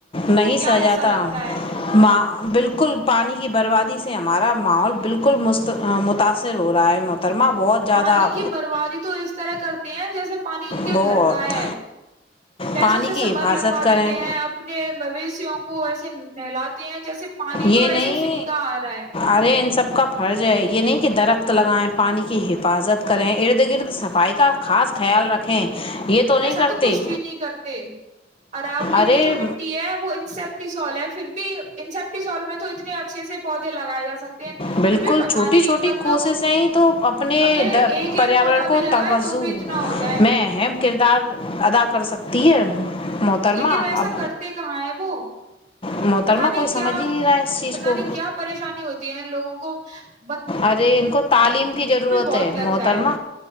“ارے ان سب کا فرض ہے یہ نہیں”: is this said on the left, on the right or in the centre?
Left